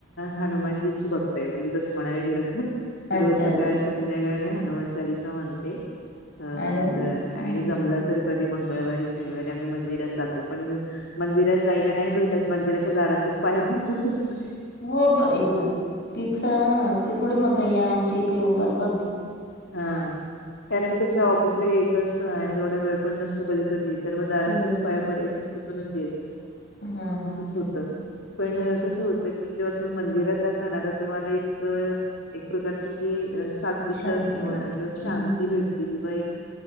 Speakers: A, on the left; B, on the left.
A: हनुमानजीची भक्त आहे म्हणजे जसं म्हणायला गेलं तर
B: अच्छा
A: रोज सकाळ
B: अच्छा
A: संध्याकाळ मी हनुमान चालीसा म्हणते. अ
B: अरे वा.
A: द
B: हम्म
A: आणि जमलं तर कधी मंगळवारी शनिवारी आम्ही मंदिरात जातो पण मंदिरात जायला नाही भेटत मंदिराच्या दारातच पाया पड पण तस नस
B: हो बर हे बघा तिथं ते थोडी म्हणता या आमच्या इथे येऊन बसाच
A: हा कारण कसं ऑफिसला यायचं असतं आणि तेवढा वेळ पण नसतो कधी कधीेत तर मग दारातूनच
B: हम्म.
A: पाया पडायच आणि तिथूनच यायचं
B: हा हा
A: असंच
B: हा
A: होतं.
B: हा.
A: पण कसं होतं की जेव्हा तुम्ही मंदिरात जाता ना तर तुम्हाला एक. एक प्रकारची जी सात्विकता
B: शांतता.
A: असते म्हणा किंवा शांती
B: हम्म.
A: भेटते. किंवा एक